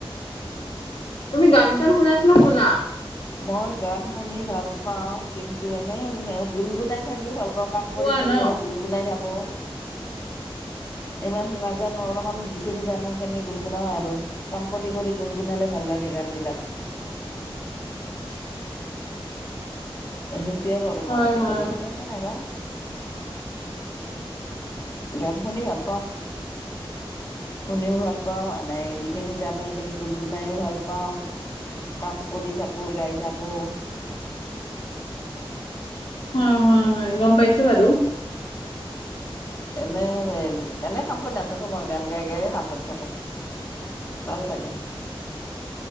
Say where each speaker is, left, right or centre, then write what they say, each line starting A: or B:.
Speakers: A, on the left (about 75°); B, on the left (about 35°).
A: তুমি গান চান শুনা নে নুশুনা।
B: মই গান শুনি ভাল পাওঁ। কিন্তু এনেই গুণ গুণাই থাকিও ভাল পাওঁ। কাম
A: শুৱা
B: কৰি কৰি
A: ন
B: অলপ গুণগুণাই থাকো। ইমান নাজানো অলপমান যিখিনি জানো। খিনি গুণ গুনাও আৰু কাম কৰি কৰি গুণ গুণালে ভাল লাগে গান বিলাক। <unintelligible> <inaudible> সেইটয়ে কৰোঁ
A: হয়
B: মই আৰু,
A: হয়
B: বেলেগত এনে নাগাওঁ। গন শুনি ভাল পাও। শুনিও ভাল পাওঁ, মানে যিখিনি জানো সেইখিনি গুণগুণাইও ভাল পাওঁ। কাম কৰি থাকোঁ, গাই থাকোঁ।
A: অ' হয় হয় গম পাইছো বাৰু।
B: এনেই এনে কাম কৰি নাথাকো মই। গান গাই গাই কাম কৰি থাকো। ভাল লাগে।